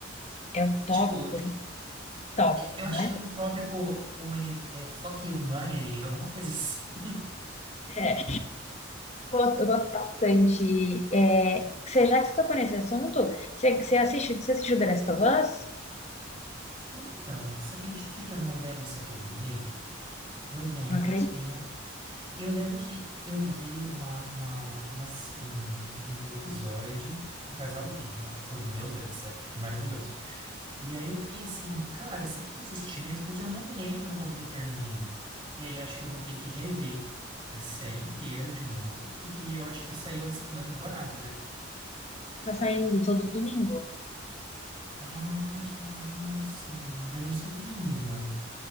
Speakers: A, on the left; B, on the right.
A: É utópico,
B: Tipo,
A: utópico,
B: é- eu acho
A: né?
B: que é um tópico humani, é, fuck humanity, alguma coisa <laughs> assim.
A: É. Eu gosto, eu gosto bastante. É, você, já que você tocou nesse assunto, você, você assiste, você assistiu The Last of Us?
B: Então, você acredita que eu não lembro se eu terminei? Eu lembro
A: Não acredito.
B: que tem um Eu lembro que eu vi uma, uma, uma ce- um, um episódio do casal gay lá, que eu falei, meu Deus do céu, que maravilhoso. E aí eu fiquei assim, cara, será que eu assisti mesmo? Porque eu não lembro como que termina. E aí eu acho que eu vou ter que rever a série inteira de novo, porque eu acho que saiu a segunda temporada, né?
A: Tá saindo todo domingo.
B: Ah, que massa! Eu não sabia, amiga.